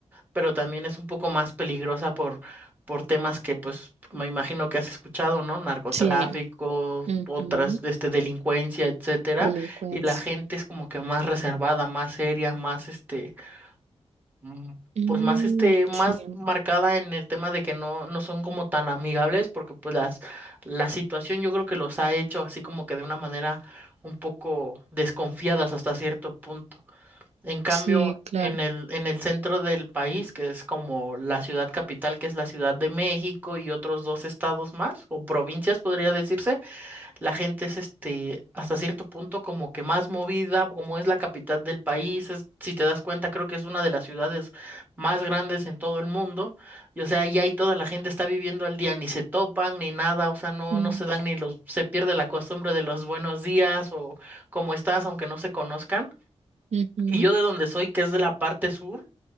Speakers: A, on the right; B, on the right.
A: pero también es un poco más peligrosa por, por temas que, pues, me imagino que has escuchado, ¿no? Narcotráfico,
B: Sí, ujú,
A: otras, este, delincuencia, etcétera.
B: Delincuencia.
A: Y la gente es como que más reservada, más seria, más, este, mm,
B: Mm,
A: pues, más, este, más
B: sí,
A: marcada en el tema de que no, no son como tan amigables, porque, pues, las, la situación yo creo que los ha hecho así como que de una manera un poco desconfiadas hasta cierto punto. En cambio,
B: sí, claro.
A: en el, en el centro del país, que es como la ciudad capital, que es la Ciudad de México y otros dos estados más, o provincias podría decirse, la gente es este, hasta cierto punto como que más movida, como es la capital del país, es- si te das cuenta, creo que es una de las ciudades más grandes en todo el mundo, y o sea, ya ahí toda la gente está viviendo al día, ni se topan, ni nada, o sea, no,
B: Mm,
A: no se dan ni los, se pierde la costumbre de los buenos días o cómo estás, aunque no se conozcan.
B: ujú.
A: Y yo de donde soy, que es de la parte sur,